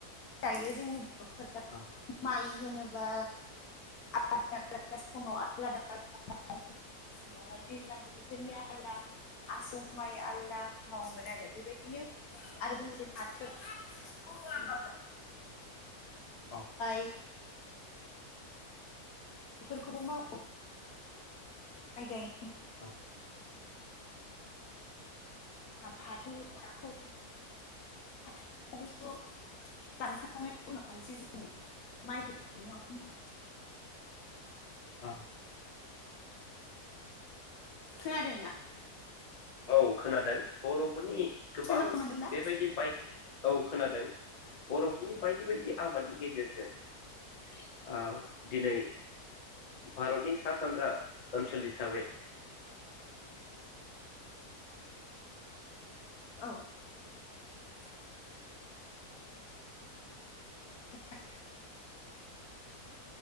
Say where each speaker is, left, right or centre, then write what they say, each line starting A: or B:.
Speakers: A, on the left; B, on the left.
A: जायो जोंनि <unintelligible>
B: औ
A: माइ होनोबा आलादा आलादा समाव आलादा आलादा समावहाय दैज्लां बोथोरनि आलादा आसौ माइ आलादा मावोमोन आरो बेबायदिनो आरो <unintelligible> जे फाथो
B: औ
A: बाय बेफोरखौबो मावो माइ गायनो
B: औ
A: फाथोखौ फाथो खौबोथ दानखांनायनि उनावहायसो जों माइखौ गायो नङा होनबा?
B: अ
A: खोनादोंना
B: ओं औ खोनादों बर'फोरनि गोबां
A: खोनानो मोनदोंना
B: बेबायदि बायदि औ खोनादों। बर'फोरनि बायदि बायदि आबादनि गेजेरजों ओ दिनै भारतनि सा सानजा ओनसोल हिसाबै
A: <unintelligible> औ <unintelligible>